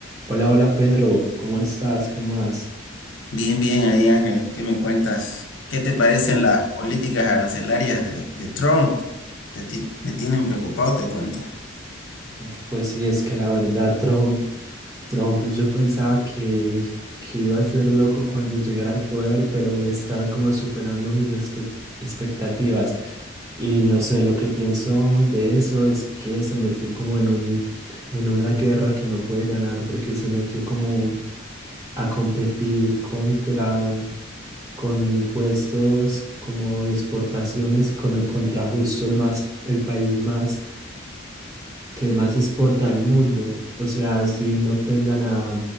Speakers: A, on the right (about 15°); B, on the left (about 65°).
A: Hola, hola Pedro, ¿cómo estás? ¿Qué más?
B: Bien, bien, ahí Ángel, ¿qué me cuentas? ¿Qué te parecen
A: Bi-
B: las políticas arancelarias de, de Trump? Te ti- me tienen preocupado, te cuento.
A: Uf, pues sí, es que la verdad, Trump, Trump, yo pensaba que, que iba a ser loco cuando llegara al poder, pero me está como superando mis espe- expectativas. Y no sé, lo que pienso de eso es que se metió como en un, en una guerra que no puede ganar porque se metió como a competir contra con impuestos como de exportaciones con, contra justo el más, el país más que más exporta del mundo. O sea, si no tengan a